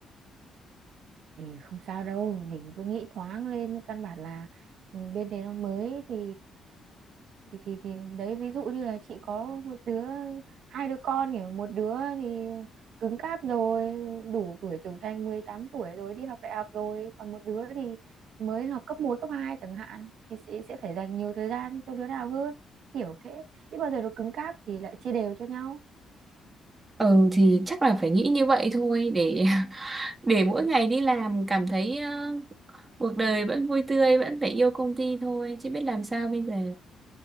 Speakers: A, on the right; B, on the right.
A: thì không sao đâu mình cứ nghĩ thoáng lên căn bản là ừ, bên đấy nó mới thì thì thì thì đấy ví dụ như là chị có một đứa hai đứa con kiểu một đứa thì cứng cáp rồi đủ tuổi trưởng thành 18 tuổi rồi đi học đại học rồi còn một đứa thì mới học cấp một cấp 2 chẳng hạn thì sẽ sẽ phải dành nhiều thời gian cho đứa nào hơn kiểu thế chứ bao giờ nó cứng cáp thì lại chia đều cho nhau
B: ừ thì chắc là phải nghĩ như vậy thôi để <laughs> để mỗi ngày đi làm cảm thấy cuộc đời vẫn vui tươi vẫn phải yêu công ty thôi chứ biết làm sao bây giờ